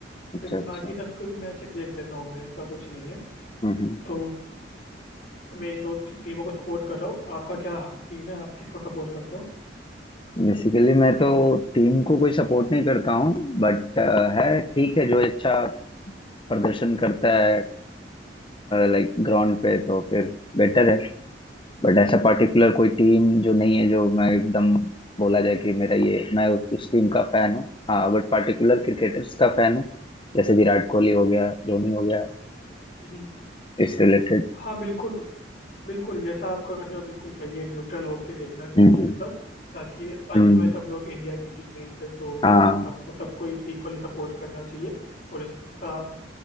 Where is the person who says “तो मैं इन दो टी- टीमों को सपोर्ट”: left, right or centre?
Left